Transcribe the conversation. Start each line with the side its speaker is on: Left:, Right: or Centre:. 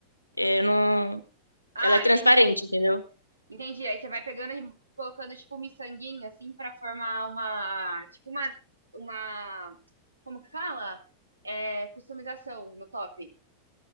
Left: É, não...
Right: Ah,
Left: Ela é transparente,
Right: entendi.
Left: entendeu?
Right: Entendi. Aí você vai pegando e colocando tipo um miçanguinho assim pra formar uma, tipo uma uma como que fala? É, customização no top.